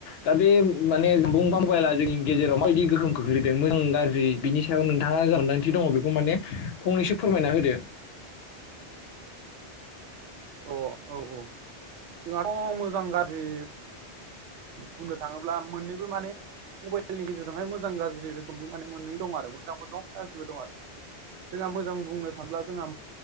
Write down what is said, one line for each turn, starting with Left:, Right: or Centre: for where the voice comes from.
Left: दा बे माने बुंबां गला जोंनि गेजेराव दि गोहोम खोख्लैदों मोजां गाज्रि बिनि सायाव नोंथाङा जा मोन्दांथि दङ बेखौ माने फंनैसो फोरमायना होदो।
Right: अ औ औ जोंहाथ' मोजां गाज्रि बुंनो थाङोब्ला मोननैबो माने मबाइलनि गेजेरजोंहाय मोजां गाज्रि रोखोम बे माने मोननै दं आरो मोजांबो दं गाज्रिबो दं आरो। जोंहा मोजां बुंनो थांब्ला जोंहा